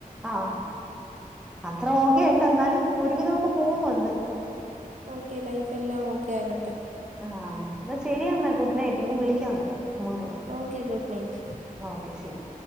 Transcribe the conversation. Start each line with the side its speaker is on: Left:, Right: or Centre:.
Centre: ആഹ് അത്ര ഓകെയല്ല എന്നാലും ഒരുവിധമൊക്കെ പോകുന്നുണ്ട്
Right: ഓക്കെ ലൈഫ് എല്ലാം ഓക്കെ ആകട്ടെ
Centre: ആഹ് എന്നാൽ ശരി എന്നാൽ ഗുഡ് നൈറ്റ് ഇനി വിളിക്കാം നമുക്ക് അങ്ങോട്ടും ഇങ്ങോട്ടും
Right: ഓക്കെ ഗുഡ് നൈറ്റ്
Centre: ഓക്കെ ശരി